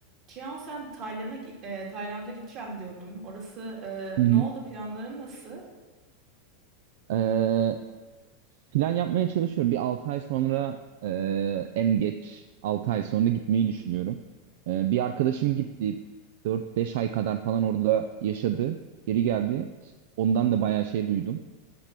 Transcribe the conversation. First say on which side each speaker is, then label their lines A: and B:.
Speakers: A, on the right (about 40°); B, on the right (about 65°).
A: Cihan sen Tayland'a gi- e, Tayland'a gideceğim diyordun. Orası e,
B: Hı hı.
A: ne oldu planların nasıl?
B: Ee, plan yapmaya çalışıyorum. Bir 6 ay sonra e, en geç 6 ay sonra gitmeyi düşünüyorum. Ee, bir arkadaşım gitti. dört beş ay kadar falan orada yaşadı. Geri geldi. Ondan da bayağı şey duydum.